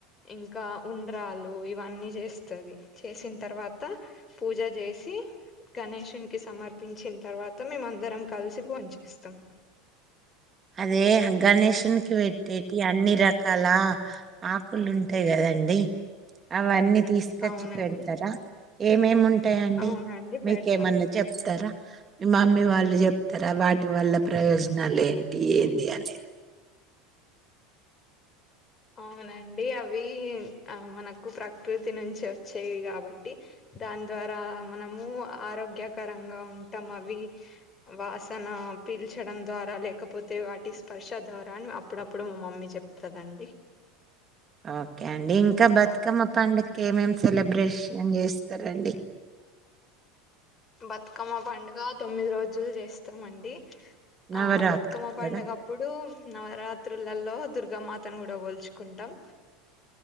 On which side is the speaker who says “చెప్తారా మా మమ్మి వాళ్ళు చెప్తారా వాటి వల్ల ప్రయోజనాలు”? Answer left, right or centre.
Right